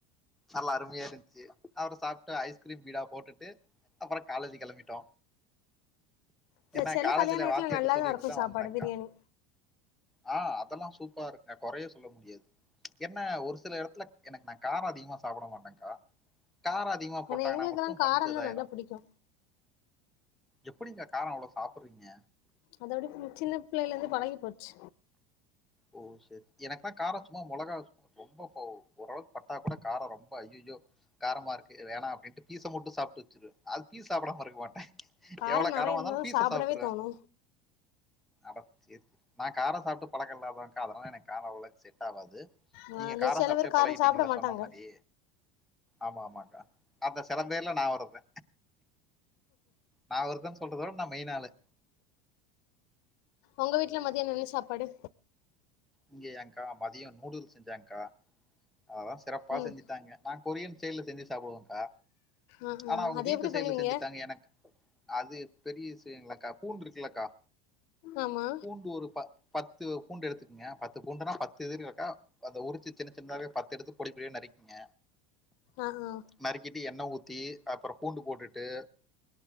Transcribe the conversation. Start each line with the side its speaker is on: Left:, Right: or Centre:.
Centre: நல்லா அருமையா இருந்துச்சு அப்றோ சாப்ட்டு ஐஸ்கிரீம் பீடா போட்டுட்டு அப்றோ காலேஜி கெளம்பிட்டோ
Left: இந்த
Centre: என்னா
Left: செல
Centre: காலேஜ்ல
Left: கல்யாண வீட்ல
Centre: வாத்தியார்ட
Left: நல்லாதா
Centre: சொல்லிட்டுதா
Left: இருக்கு சாப்பாடு
Centre: வந்தேங்க்கா
Left: பிரியாணி
Centre: ஆ அதெல்லா சூப்பராருக்க கொறையே சொல்ல முடியாது என்ன ஒரு சில எடத்துலக் எனக்கு நா காரோ அதிகமா சாப்பிட மாட்டேங்க்கா காரோ அதிகமா
Left: ஆனா
Centre: போட்டாங்னா
Left: எங்களுக்கெல்லா
Centre: மட்டூ
Left: காரந்தா
Centre: கொஞ்சோ இதாயிரூ
Left: நல்லா புடிக்கு
Centre: எப்படிங்க காரோ அவ்ளோ சாப்புர்றீங்க
Left: அத அப்டி சின்ன பிள்ளைையிலேந்து பழகி போச்சு
Centre: ஓ செரி எனக்கு நா கார சுமா முளகா ரொம்ப கோவ் ஓரளவுக் பட்டா கூட காரோ ரொம்ப அய்யியோ காரமாருக்கு வேணா அப்டின்ட்டு பீச மட்டூ சாப்ட்டு வச்சிருவ அது பீஸ் சாப்டாமருக்க மாட்டே
Left: காரோ
Centre: எவ்ளோ
Left: நெறைய
Centre: காரமார்ந்தாலூ
Left: இருந்தாதா
Centre: பீச
Left: சாப்டவே
Centre: சாப்டுர்வே
Left: தோணு
Centre: அடப் செரி நா காரோ சாப்ட்டு பழக்கோ இல்லாத் வங்காலோ எனக்கு காரோ அவ்ளோ செட் ஆவாவ்து
Left: ஆ
Centre: நீங்க
Left: அதுல
Centre: காரோ
Left: சில
Centre: சாப்ட்டே
Left: பேர் காரோ
Centre: பழகிட்டீங்கல
Left: சாப்ட மாட்டாங்க
Centre: சொன்ன மாரி ஆமா ஆமாங்க்கா அந்த செல பேர்ல நா ஒருத்த நா ஒருத்த சொல்றதோட நா மெயினாளு
Left: உங்க வீட்ல மதியானோ என்ன சாப்பாடு
Centre: இங்கேயாங்க்கா மதியோ நூடூல்ஸ் செஞ்சாங் கா அததா சிறப்பா
Left: ம்
Centre: செஞ்சுட்டாங்க நா கொரியன் ஸ்டைல்ல செஞ்சு சாப்டுவோங்க்கா
Left: ஆ
Centre: ஆனா
Left: ஆ
Centre: அவுங்க
Left: அது
Centre: வீட்டு
Left: எப்டி
Centre: சைடுல
Left: பண்ணுவீங்க
Centre: செஞ்சுட்டாங்க எனக் அது பெரிய விஷயங்கில்லக்கா பூண்டு இருக்குலக்கா
Left: ஆமா
Centre: பூண்டு ஒரு ப பத்து பூண்டு எடுத்து ங்க பத்து பூண்டுன்னா பத்து இது இருக்கா அத உரிச்சு சின்ன சின்னதாவே பத்து எடுத்து பொடிப்பொடியா நறிக்கிங்க
Left: ஆ ஆ
Centre: நறுக்கிட்டு எண்ண ஊத் தி அப்றோ பூண்டு போட்டுட்டு